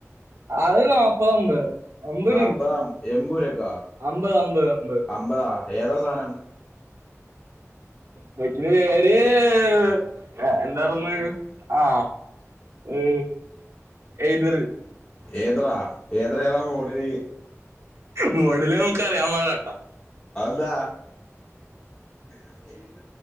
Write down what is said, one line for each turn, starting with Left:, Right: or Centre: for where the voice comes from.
Right: അത് നപ്പത് അമ്പത് അമ്പത്
Left: നാല്പ്പതാം
Right: രൂപ
Left: എമ്പൂരൊക്കൊ
Right: അമ്പത് അമ്പത് അമ്പത്
Left: അമ്പതാ ഏതാ സാനം
Right: ബൈക്കിന്റ പേര് എ എന്താരുന്നെ ആ എ ഈതർ
Left: ഏതഡാ ഏതഡ ഏതാ മോഡലെ
Right: മോഡല് നമക്ക് അറിയാപാടില്ലട്ട
Left: അതെന്താ <inaudible>